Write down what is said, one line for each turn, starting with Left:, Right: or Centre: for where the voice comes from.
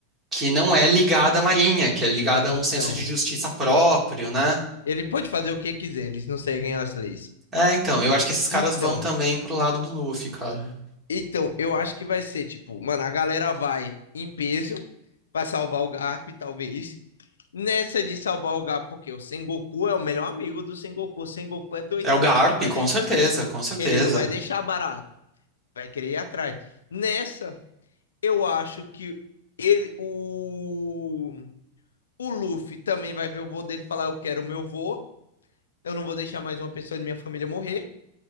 Right: que não é ligada à Marinha, que é ligada
Left: Então,
Right: a um senso de justiça próprio, né?
Left: ele pode fazer o que quiser, eles não seguem as leis.
Right: É, então, eu acho que esses caras
Left: Então,
Right: vão também pro lado do Luffy, cara.
Left: Então, eu acho que vai ser, tipo, mano, a galera vai em peso pra salvar o Garp, talvez. Nessa de salvar o Garp, porque o Sengoku é o melhor amigo do Sengoku. O Sengoku é doidão,
Right: É o Garp,
Left: ele não vai
Right: com
Left: deixar.
Right: certeza, com certeza.
Left: Ele não vai deixar barato. Vai querer ir atrás. Nessa, eu acho que ele, o, o Luffy também vai ver o vô dele e falar: Eu quero o meu vô, eu não vou deixar mais uma pessoa de minha família morrer.